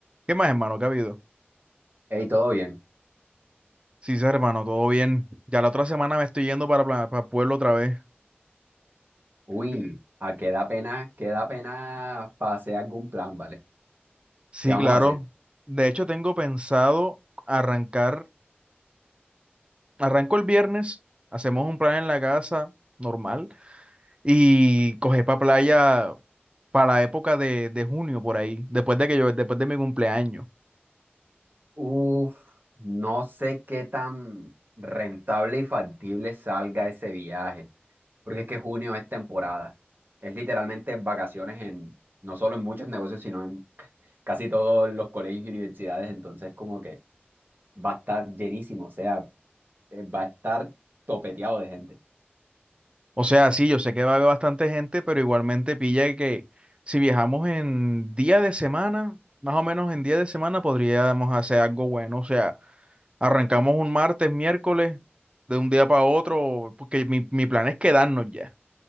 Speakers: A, on the right (about 25°); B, on the right (about 50°).
A: ¿Qué más, hermano? ¿Qué ha habido?
B: Hey, todo bien.
A: Sí, sí, hermano, todo bien. Ya la otra semana me estoy yendo para, Pla- para Pueblo otra vez.
B: Uy,
A: Sí,
B: a qué da pena, qué da pena para hacer algún plan, ¿vale?
A: Sí,
B: ¿Qué vamos
A: claro.
B: a hacer?
A: De hecho, tengo pensado arrancar. Arranco el viernes, hacemos un plan en la casa, normal, y coger para playa para la época de, de junio, por ahí, después de que yo, después de mi cumpleaños.
B: Uf, no sé qué tan rentable y factible salga ese viaje, porque es que junio es temporada. Es literalmente vacaciones en, no solo en muchos negocios, sino en c- casi todos los colegios y universidades, entonces como que va a estar llenísimo, o sea, eh, va a estar topeteado de gente.
A: O sea, sí, yo sé que va a haber bastante gente, pero igualmente pilla que si viajamos en día de semana, más o menos en día de semana, podríamos hacer algo bueno. O sea. Arrancamos un martes, miércoles, de un día para otro, porque mi, mi plan es quedarnos ya,